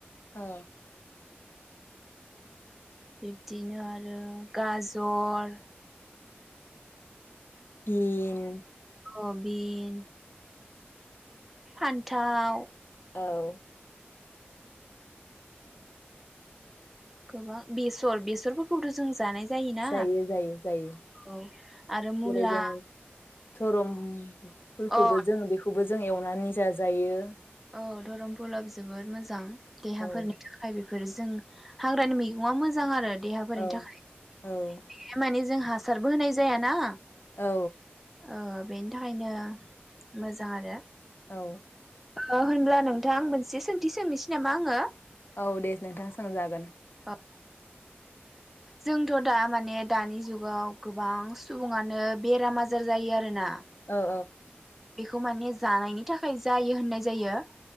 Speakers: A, on the left; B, in the centre.
A: औ
B: बिब्दिनो आरो गाजर
A: बिन
B: हबिन फान्थाव
A: औ
B: गोबां बेसर बेसरफोरखौथ जों जानाय जायोना
A: जायो जायो जायो
B: बेसरखौ आरो मुला
A: जेरै जों धरम फुलखौबो
B: अ
A: जोङो बेखौबो जा जों एवनानै जाजायो जायो
B: औ धरमपुला जोबोद मोजां देहाफोरनि
A: औ
B: थाखाय बेफोर बेफोर जों हाग्रानि मैगङा मोजां आरो देहाफोरनि
A: औ
B: थाखाय
A: औ
B: मानि जोंहा हासारबो होनाय जायाना
A: औ
B: ओ बेनि थाखायनो मोजां आरो
A: औ
B: ओ होनब्ला नोंथां मोनसे सोंथि सोंनोसै नामा आङो?
A: औ दे नोंथां सोंजागोन
B: अ जोंथ दा माने दानि जुगाव गोबां सुबुङानो बेराम आजार जायो आरो ना
A: औ
B: बेखौ माने जानायनि थाखाय जायो होननाय जायो